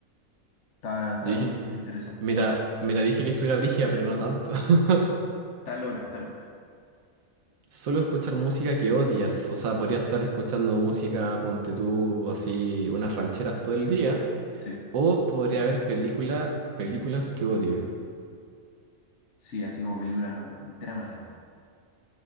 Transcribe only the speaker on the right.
yo dije,
mira, mira, dije que estuviera brígida, pero no tanto. <laughs>
Solo escuchar música que odias. O sea, podría estar escuchando música, ponte tú, así, unas rancheras todo el
día.
O podría haber película, películas que odio.